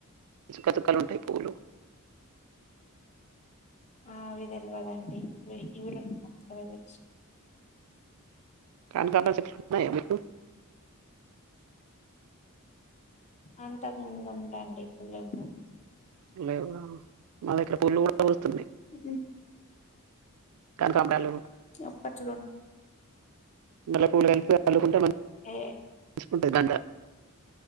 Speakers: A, on the right; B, on the left.
A: చుక్క చుక్కలు ఉంటాయి పువ్వులు
B: ఆ అవి తెలవదండి నాకు ఈ మాత్రమే తెలుసు
A: అంకమరాల చెట్లు ఉన్నాయా మీకు
B: అంతకు ముందు ఉండండి ఇప్పుడు లేవు
A: లేవా మా దగ్గర పులు కూడా వస్తున్నాయి
B: ఉ
A: కనకమరాలు
B: అప్పట్లో
A: మల్లెపూలు కలిపి అల్లుకుంటే మంచిగా
B: ఉంటుండే
A: ఉంటాయి మంచిగుంటది దండ